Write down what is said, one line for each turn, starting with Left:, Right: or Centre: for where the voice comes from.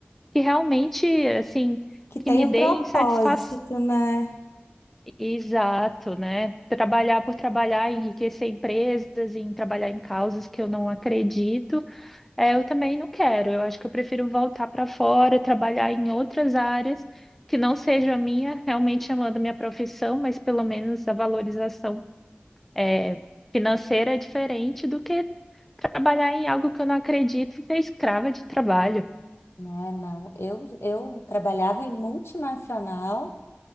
Centre: que realmente assim
Left: Que
Centre: que
Left: tem
Centre: me
Left: um
Centre: deem
Left: propósito,
Centre: satisfação.
Left: né?
Centre: Exato, né? Trabalhar por trabalhar, enriquecer empresas, em trabalhar em causas que eu não acredito, é, eu também não quero. Eu acho que eu prefiro voltar para fora, trabalhar em outras áreas que não seja a minha, realmente amando a minha profissão, mas pelo menos a valorização é, financeira é diferente do que trabalhar em algo que eu não acredito e ser escrava de trabalho.
Left: Né, não. Eu, eu trabalhava em multinacional,